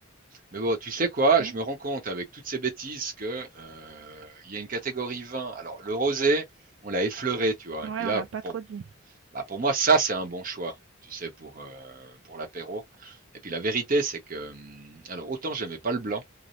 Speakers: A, on the right; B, on the right.
A: Mais bon, tu sais quoi,
B: Ouais,
A: je me rends compte avec toutes ces bêtises que euh, il y a une catégorie vin. Alors, le rosé, on l'a effleuré, tu vois.
B: ouais,
A: Et puis là,
B: on l'a pas
A: bon,
B: trop dit.
A: Bah, pour moi, ça, c'est un bon choix, tu sais, pour, euh, pour l'apéro. Et puis la vérité, c'est que, hum, alors autant j'aimais pas le blanc